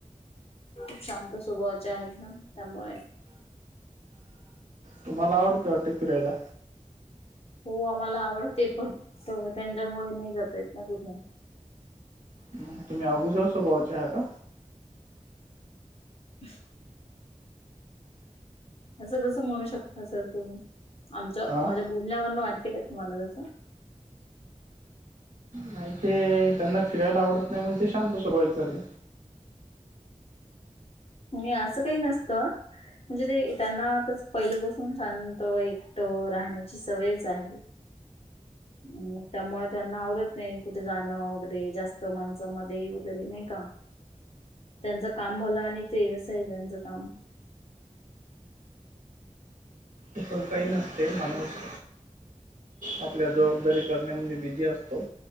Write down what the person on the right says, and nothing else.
तुम्हाला आवडतो वाटते फिरायला.
मग तुम्ही अगोजर स्वभावाचे आहे का?
हा
नाही ते त्यांना फिरायला आवडत नाही म्हणून ते शांत स्वभावित झाले.
तसं काही नसते माणूस आपल्या जबाबदारी करण्या म्हणजे बिझी असतो.